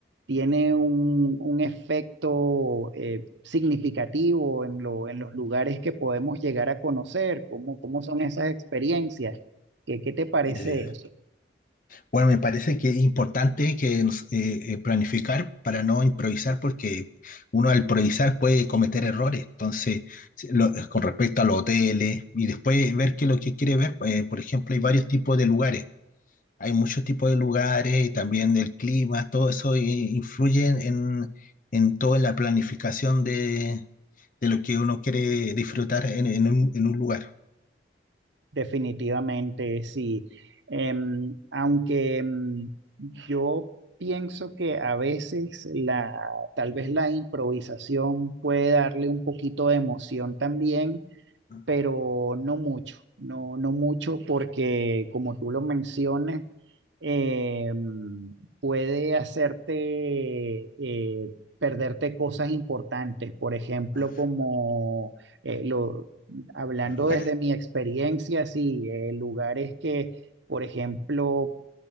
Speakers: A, on the right; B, on the left.
A: tiene un, un efecto eh, significativo en lo- en los lugares que podemos llegar a conocer? ¿Cómo, cómo son esas experiencias? ¿Qué, qué te parece
B: Eh,
A: eso?
B: bueno, me parece que es importante que nos- eh, eh, planificar para no improvisar, porque uno al improvisar puede cometer errores. Entonces, si- lo- eh, con respecto a los hoteles y después ver qué es lo que quiere ver, eh, por ejemplo, hay varios tipos de lugares. Hay muchos tipos de lugares y también del clima, todo eso eh, influye en, en toda la planificación de, de lo que uno quiere disfrutar en, en un, en un lugar.
A: Definitivamente, sí. Em, aunque em, yo pienso que a veces la, tal vez la improvisación puede darle un poquito de emoción también
B: ¿no?
A: pero no mucho, no, no mucho porque como tú lo mencionas, eh, puede hacerte eh, perderte cosas importantes, por ejemplo,
B: Ah,
A: como eh, lo, hablando
B: los lugares.
A: desde mi experiencia, sí, eh, lugares que, por ejemplo,